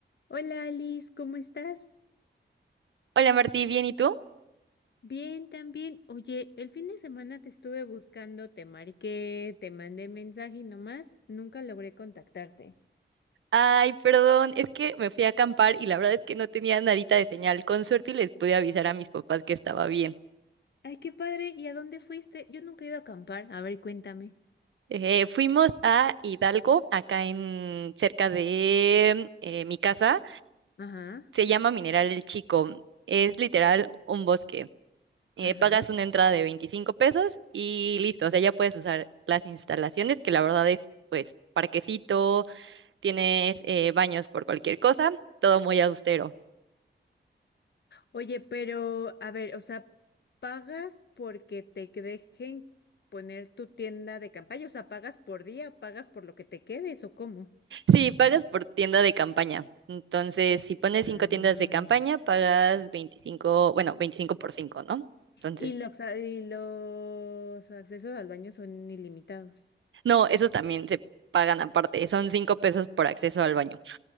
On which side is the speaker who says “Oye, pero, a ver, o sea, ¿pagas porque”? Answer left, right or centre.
Left